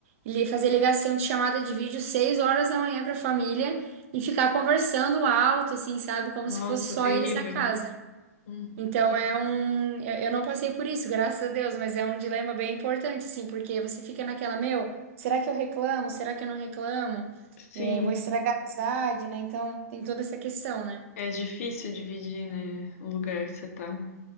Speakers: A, on the right; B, on the left.
A: li- fazer ligação de chamada de vídeo seis horas da manhã para a família e ficar conversando alto, assim, sabe? Como
B: Nossa,
A: se fosse só
B: terrível.
A: eles na casa.
B: Uhum.
A: Então é um. Eu, eu não passei por isso, graças a Deus, mas é um dilema bem importante, assim, porque você fica naquela, meu, será que eu reclamo? Será que eu não reclamo?
B: Sim,
A: É, vou estragar a amizade, né? Então tem toda essa questão, né?
B: é difícil dividir, né, o lugar que você tá.